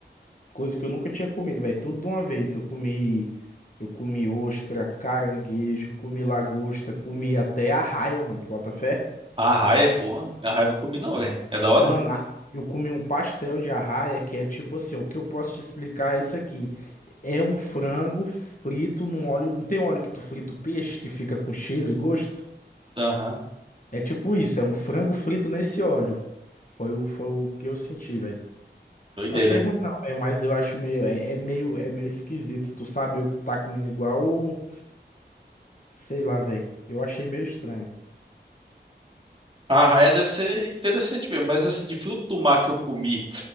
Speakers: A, on the left; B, on the right.
A: coisa que eu nunca tinha comido, velho, tudo de uma vez. Eu comi, eu comi ostra, caranguejo, comi lagosta, comi até arraia, mano, tu bota fé?
B: A arraia, porra, a arraia eu não comi não, velho. É da hora?
A: Mano, a- eu comi um pastel de arraia, que é tipo assim, o que eu posso te explicar é isso aqui. É um frango frito num óleo, não tem óleo que tu frita o peixe, que fica com cheiro e gosto?
B: Aham,
A: É tipo isso, é um frango frito nesse óleo. Foi o, foi o que eu senti, velho.
B: doideira.
A: Achei ruim não, velho, mas eu acho meio é, é meio é meio esquisito. Tu sabe o que tu tá comendo igual, sei lá, velho. Eu achei meio estranho.
B: A arraia deve ser interessante mesmo, mas assim, de fruto do mar que eu comi,